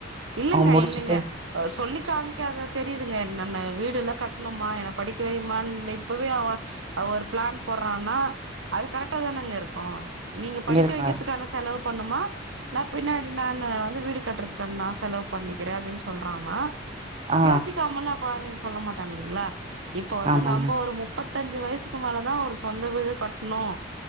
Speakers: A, on the right (about 75°); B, on the right (about 30°).
A: இல்லலைங்க,
B: முடிச்சுட்டு
A: இல்லைங்க ஆ சொல்லி காமிக்காத தெரியுதுங்க என்னனு. வீடெல்லாம் கட்டணுமா என்ன படிக்க வையுமான்னு இப்பவே அவன் ஒரு பிளான் போடறான்னா அது கரெக்டா தானங்க இருக்கும். நீங்க படிக்க
B: இருக்கார்
A: வைக்கிறதுக்கான செலவு போட்ணுமா நான் பின்னாடி நானு வந்து வீடு கட்டுறதுக்கானு நான் செலவு பண்ணிக்கிறேன் அப்படின்னு சொல்றான்னா
B: ஆ
A: யோசிக்காமல்லாம் குழந்தைங்க சொ சொல்ல மாட்டாங்க இல்லலைங்களா? இப்ப வந்து
B: ஆமாங்க
A: நம்ப ஒரு மு முப்பத்தஞ்சு வயசுக்கு மேலதான் ஒரு சொந்த வீடு கட்ணும்